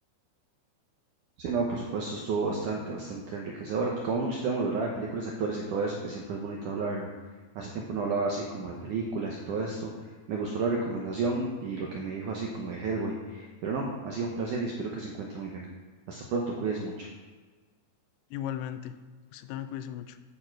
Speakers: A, on the right (about 80°); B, on the left (about 85°).
A: Sí, no, por supuesto, estuvo bastante, bastante enriquecedora. Tocamos muchos temas, ¿verdad? De películas, actores y todo eso, que siempre es bonito hablarlo. Hace tiempo no hablaba así como de películas y todo esto. Me gustó la recomendación y lo que me dijo así como de Hellboy. Pero no, ha sido un placer y espero que se encuentre muy bien. Hasta pronto, cuídese mucho.
B: Igualmente. Usted también cuídese mucho.